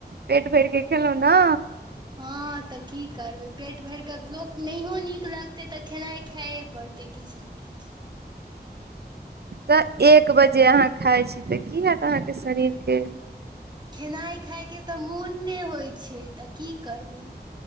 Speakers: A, on the right; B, on the right.
A: पेट भरके खेलउ नै
B: हँ तऽ की करबै पेट भरिके लोक नहियो नीक लगतै तऽ खेनाइ खाएए पड़तै ओ तेक किछु ने किछु
A: तऽ एक बजे अहाँ खाइ छी तऽ की हेत अहाँ के शरीर के
B: खेनाइ खााय के तऽ मौन नहि होइत छै तऽ की करबै